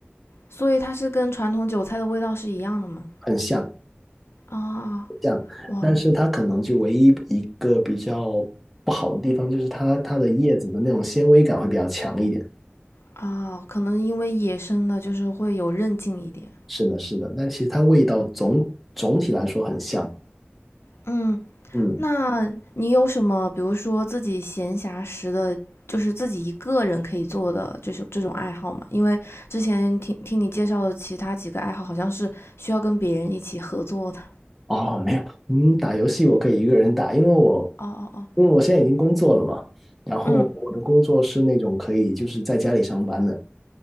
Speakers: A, on the left; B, in the centre.
A: 所以它是跟传统韭菜的味道是一样的吗？
B: 很像
A: 啊、
B: 像，
A: 哇，
B: 但是它可能就唯一一个比较不好的地方就是它它的叶子的那种纤维感会比较强一点，
A: 啊，可能因为野生的就是会有韧劲一点。
B: 是的，是的，但其实它味道总总体来说很像，
A: 嗯，
B: 嗯。
A: 那你有什么，比如说自己闲暇时的，就是自己一个人可以做的这种这种爱好吗？因为之前听听你介绍的其他几个爱好，好像是需要跟别人一起合作的。
B: 哦，没有，嗯，打游戏我可以一个人打，因为我，
A: 哦哦哦，
B: 因为我现在已经工作了嘛，然后我的工作是那种可以就是在家里上班的，
A: 嗯，